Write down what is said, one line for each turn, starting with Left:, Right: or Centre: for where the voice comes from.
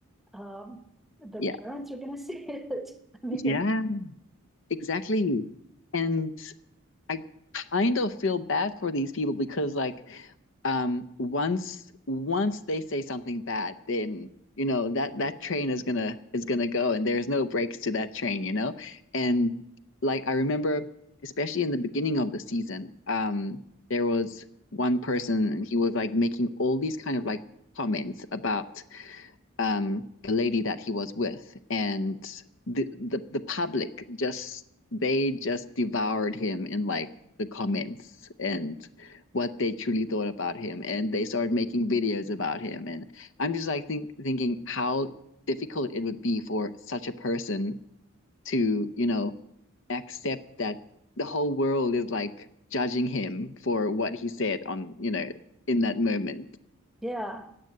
Centre: Um, their
Left: yeah,
Centre: parents are gonna see it. <laughs> I mean,
Left: yeah, exactly. And I kind of feel bad for these people because like um once once they say something bad, then you know that that train is gonna is gonna go and there's no breaks to that train, you know? And like I remember especially in the beginning of the season, um there was one person and he was like making all these kind of like comments about um, the lady that he was with, and the the the public just they just devoured him in like the comments and what they truly thought about him and they started making videos about him and i'm just like think, thinking how difficult it would be for such a person to you know accept that the whole world is like judging him for what he said on you know in that moment
Centre: yeah,